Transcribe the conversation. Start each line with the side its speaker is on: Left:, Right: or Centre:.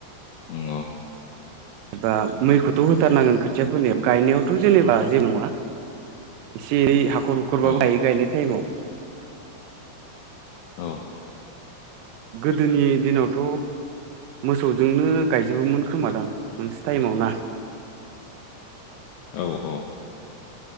Left: नंगौ।
Right: एबा मैखौथ' होथारनांगोन खोथिया फोनायाव गायनायावथ' जेनेबा जेबो नङा। एसेयै हाखर हुखरबाबो
Left: औ
Right: गायो गायनाय टाइमाव।
Left: औ नंगौ
Right: गोदोनि दिनावथ' मोसौजोंनो गायजोबोमोन खोमादां मोनसे टाइमाव ना? <inaudible>
Left: औ- औ।